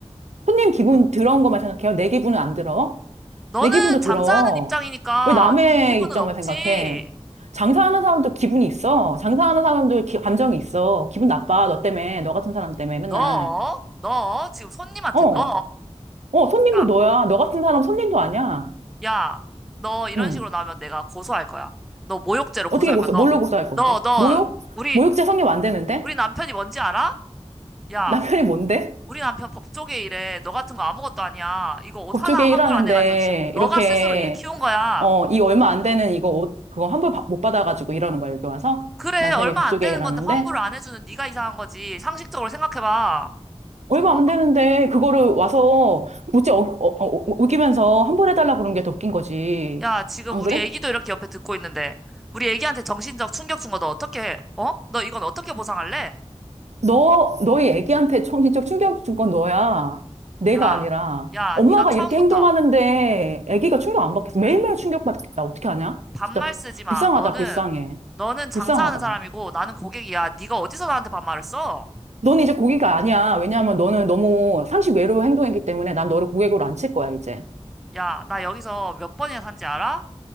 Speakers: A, on the right; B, in the centre.
A: 손님 기분 들어온 것만 생각해요. 내 기분은 안 들어.
B: 너는
A: 내 기분도
B: 장사하는
A: 들어.
B: 입장이니까
A: 왜 남의
B: 네 기분은
A: 입장만
B: 없지.
A: 생각해? 장사하는 사람도 기분이 있어. 장사하는 사람도 기- 감정이 있어. 기분 나빠. 너 때문에. 너 같은 사람 때문에 맨날.
B: 너, 너 지금 손님한테
A: 어,
B: 너,
A: 어, 손님도
B: 야,
A: 너야. 너 같은 사람 손님도 아니야.
B: 야, 너 이런
A: 응.
B: 식으로 나오면 내가 고소할 거야. 너 모욕죄로
A: 어떻게
B: 고소할
A: 고소,
B: 거야. 너,
A: 뭘로 고소할 건데?
B: 너, 너
A: 모욕?
B: 우리
A: 모욕죄 성립 안 되는데?
B: 우리 남편이 뭔지 알아? 야,
A: 남편이 뭔데?
B: 우리 남편 법조계 일해. 너 같은 거 아무것도 아니야. 이거 옷
A: 법조계
B: 하나 환불
A: 일하는데
B: 안 해가지고 지금 너가
A: 이렇게
B: 스스로 일 키운 거야.
A: 어, 이 얼마 안 되는 이거 옷 그거 환불 받- 못 받아가지고 일하는 거야 여기 와서
B: 그래,
A: 남편이
B: 얼마
A: 법조계
B: 안 되는
A: 일하는데
B: 건데 환불을 안 해주는 네가 이상한 거지. 상식적으로 생각해봐.
A: 얼마
B: 대박.
A: 안 되는데 그거를 와서 못지 어, 어, 어, 우기면서 환불해달라 그런 게 더 웃긴 거지
B: 야, 지금
A: 안
B: 우리
A: 그래?
B: 애기도 이렇게 옆에 듣고 있는데, 우리 애기한테 정신적 충격 준 거 너 어떻게 해? 어? 너 이건 어떻게 보상할래?
A: 너 너희 애기한테 정신적 충격 준 건 너야 내가
B: 야,
A: 아니라
B: 야,
A: 엄마가
B: 네가 처음부터
A: 이렇게 행동하는데 애기가 충격 안 받겠어 매일매일 충격 받겠다 어떻게 하냐
B: 반말
A: 진짜
B: 쓰지 마.
A: 불쌍하다
B: 너는,
A: 불쌍해
B: 너는 장사하는
A: 불쌍하다
B: 사람이고 나는 고객이야. 네가 어디서 나한테 반말을 써?
A: 너는 이제 고기가 아니야. 왜냐하면 너는 너무 상식 외로 행동했기 때문에 난 너를 고객으로 안 칠 거야, 이제.
B: 야, 나 여기서 몇 번이나 산지 알아?